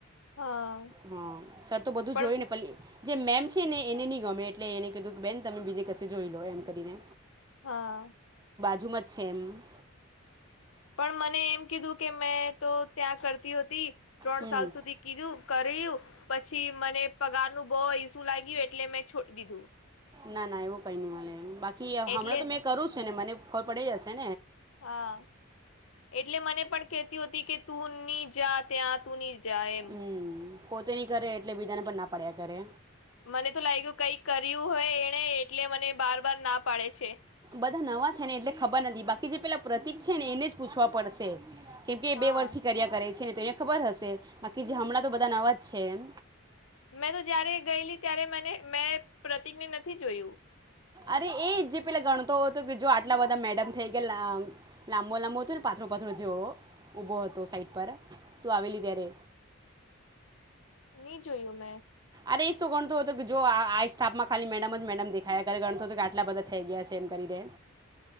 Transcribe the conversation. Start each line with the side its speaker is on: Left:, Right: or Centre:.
Left: હા
Right: હા, સર તો બધું
Left: પણ
Right: જોયને પલી જે મેમ છે ને એને નહી ગમે, એટલે, એને કીધું કે બેન તમે બીજે કસે જોઈલો એમ કરીને
Left: હા.
Right: જુમજ છે, એમ.
Left: પણ મને એમ કીધું કે, મેં તો ત્યાં કરતી હો હતી, ત્રણ
Right: હમ
Left: સાલ સુધી કીધ પછી, મને પગારનું બહુ ઈસુ લાગ્યું એટલે, મેં છોડી, દીધુ
Right: ના ના એવું કઈ નઈ મળે, બાકી હમણાં
Left: એટલે
Right: તો મેં કરુ છેને, મને ખબર પડી જશેને
Left: હા, એટલે મને પણ કેહતી હતી કે તું ની જા ત્યાં તું ની જા એમ
Right: હમ્મ, પોતે નઈ કરે એટલે, બીજાને પણ ના પાડ્યા કરે.
Left: મને તો લાગ્યું કઈક કર્યું હોય એણે, એટલે મને બાર બાર ના પાડે છે.
Right: બધા નવા છે ને, એટલે ખબર નથી. બાકી જે પેલા પ્રતિક છે ને એને જ પૂછવા પડશે. કેમ કે એ
Left: હા
Right: બે વર્ષથી કર્યા કરે છે ને, તો એને ખબર હશે. બાકી જે હમણાં તો બધા નવાજ છે એમ.
Left: મેં તો જયારે ગયેલી ત્યારે મને મેં પ્રતિકને નથી જોયું.
Right: અરે એજ જે પેલા ગણતો હતો, કેજો આટલા બધા મેડમ થઈ ગયલા, લાંબો લાંબો હતો ને પાત નો પાતળો જેવો, ઉભો હતો સાઈટ પર તું આવેલી ત્યારે
Left: <inaudible> નહી જોયું મેં.
Right: અરે શું ગણતો હતો કે, જો આ આ સ્ટાફમાં ખાલી મેડમ જ મેડમ દેખાયા કરે, ગણતો હતો કે, આટલા બધા થઈ ગયા છે એમ કરી ડે